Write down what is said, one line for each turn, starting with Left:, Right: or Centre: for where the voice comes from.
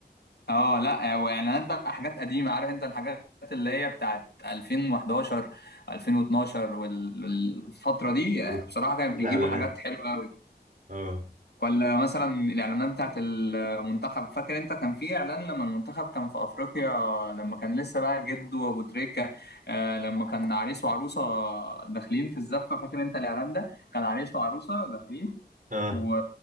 Left: اه لا واعلانات بقى حاجات قديمة عارف انت الحاجات اللي هي بتاعت 2011 2012 وال- والفترة دي آه،
Right: اوف
Left: بصراحة كانوا
Right: احلى
Left: بيجيبوا
Right: اعلانات
Left: حاجات حلوة
Right: اه
Left: ولا مثلا الاعلانات بتاعت المنتخب فاكر انت كان في اعلان لما المنتخب كان في افريقيا لما كان لسه بقى جده وابو تريكه آه، لما كان عريس وعروسه داخلين في الزفه فاكر انت الاعلان ده كان عريس وعروسه داخلين
Right: اه
Left: و-